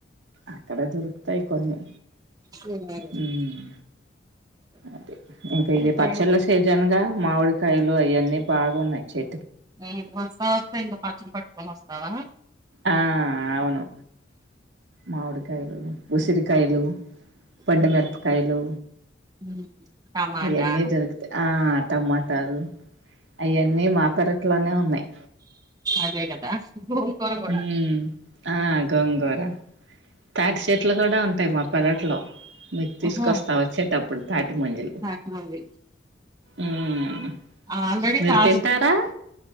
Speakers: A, on the right; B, on the right.
A: అక్కడ దొరుకుతాయి కొన్ని
B: హ్మ్.
A: మ్ అది ఇంక ఇది
B: ఓకే.
A: పచ్చళ్ళ సీజన్ గా మామిడికాయలు అయ్యన్నీ బాగున్నాయి చె
B: <unintelligible> స్తా వస్తా ఇంక పచ్చళ్ళు పట్టుకొని వస్తావా
A: ఆ అవును మామిడి కాయలు ఉసిరి కయలు పండు
B: హ్మ్.
A: మిరపకాయలు
B: హ్మ్. టమాటా
A: అయన్ని దొరుకుతాయి ఆ టమాటలు అయన్నీ మా పెరట్లోనే ఉన్నాయి
B: అదే గదా! గోంగూర కూడా
A: ఉమ్ ఆ గోంగూర తాటి చెట్లు కూడా ఉంటాయి మా పెరట్లో మీకు తీసుకొస్తా
B: ఓహో!
A: వచ్చేటప్పుడు తాటి ముంజలు
B: శాఖ ఉంది
A: ఉమ్
B: ఆల్రెడీ.
A: మీరు
B: <unintelligible>
A: తింటారా